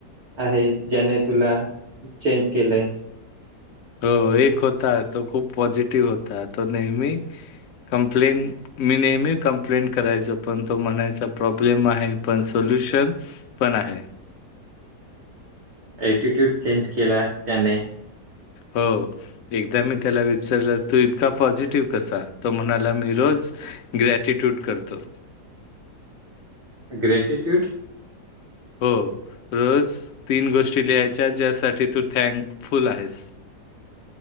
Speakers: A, on the right; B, on the left.
A: आहे, ज्याने तुला चेंज केलंय?
B: हो एक होता, तो खूप पॉझिटिव्ह होता, तो नेहमी कंप्लेन मी नेहमी कंप्लेंट करायचो, पण तो म्हणायचा प्रॉब्लेम आहे पण सोल्युशन पण आहे.
A: ॲटिट्यूड चेंज केला त्याने.
B: हो. एकदा मी त्याला विचारलं तू इतका पॉझिटिव्ह कसा? तो म्हणाला मी रोज ग्रॅटिट्यूड करतो.
A: ग्रेटिट्यूड?
B: हो रोज तीन गोष्टी लिहायच्या ज्यासाठी तू थँंकफुल आहेस.